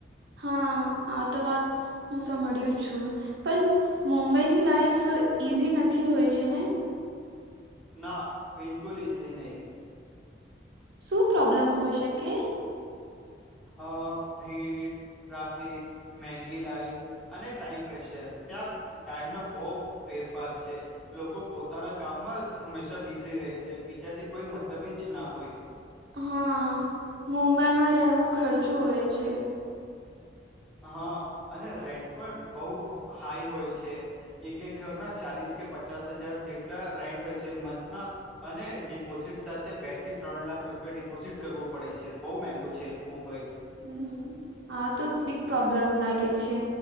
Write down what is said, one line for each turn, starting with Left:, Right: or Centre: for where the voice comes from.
Right: હા આ તો વાત હું સંદળ્યું છું પણ મુંબઈની લાઈફ ઈઝી નથી હોય છે ને
Centre: ના બિલકુલ ઇઝી નહી
Right: શું પ્રોબ્લેમ હોય શકે
Centre: અ ભીડ ટ્રાફિક મેંગી લાઈફ અને ટાઈમ પ્રેશર ત્યાં ટાઈમનો બહું ફેરફાર છે લોકો પોતાના કામમાં જ હંમેશા બિઝી રહે છે બીજા થી કોઈ મતલબ જ ના હોય
Right: હા મુંબઈમાં રહેવું ખર્ચું હોય છે
Centre: હા અને રેન્ટ પણ બહુ હાઈ હોય છે એક એક ઘરના ચાલીસ કે પચાસ હજાર જેટલા રેન્ટ હોય છે મંથના અને ડિપોઝિટ સાથે બે થી ત્રણ લાખ રૂપિયા ડિપોઝિટ કરવો પડે છે બહુ મેગું છે મુંબઈ
Right: હમ હા તો બીગ પ્રોબ્લેમ લાગે છે